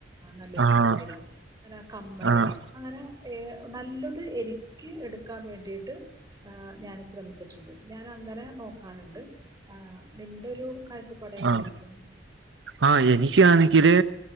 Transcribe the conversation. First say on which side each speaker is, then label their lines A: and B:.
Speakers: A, on the right (about 20°); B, on the right (about 90°).
A: നല്ലൊരു
B: ആഹ്
A: മോതിരം അങ്ങനെ കമ്മല്
B: ആഹ്
A: അങ്ങനെ എ നല്ലത് എനിക്ക് എടുക്കാൻ വേണ്ടിയി ട്ട് ഏഹ് ഞാൻ ശ്രമിച്ചിട്ടുണ്ട് ഞാനങ്ങനെ നോക്കാറുണ്ട് ആഹ് നിന്റെ ഒരു കാഴ്ചപ്പാട് എങ്ങനെയായിരിക്കും
B: ആഹ് ആഹ് എനിക്കാണെങ്കില്